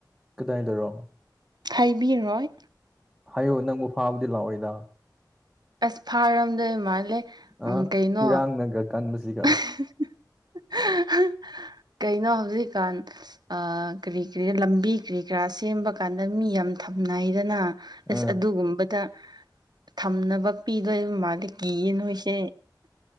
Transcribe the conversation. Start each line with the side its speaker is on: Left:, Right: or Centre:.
Centre: ꯀꯗꯥꯏꯗꯔꯣ꯫
Right: ꯍꯥꯏꯕꯤꯔꯣꯏ
Centre: ꯍꯥꯏꯌꯣ ꯅꯪꯕꯨ ꯐꯥꯕꯗꯤ ꯂꯥꯛꯑꯣꯏꯗ
Right: ꯑꯁ ꯐꯥꯔꯝꯗꯩ ꯃꯥꯜꯂꯦ꯫ ꯎꯝ
Centre: ꯑ
Right: ꯀꯩꯅꯣ
Centre: ꯏꯔꯥꯡꯅꯒ ꯀꯟꯕꯁꯤꯒ
Right: <unintelligible> ꯀꯩꯅꯣ ꯍꯧꯖꯤꯛꯀꯥꯟ ꯀꯔꯤ ꯀꯔꯤ ꯂꯝꯕꯤ ꯀꯔꯤ ꯀꯔꯥ ꯁꯦꯝꯕ ꯀꯥꯟꯗ ꯃꯤ ꯌꯥꯝ ꯊꯝꯅꯩꯗꯅ ꯑꯁ
Centre: ꯑꯥ
Right: ꯑꯗꯨꯒꯨꯝꯕꯗ ꯊꯝꯅꯕ ꯄꯤꯗꯣꯏꯕ ꯃꯥꯗ ꯀꯤꯌꯦ ꯅꯣꯏꯁꯦ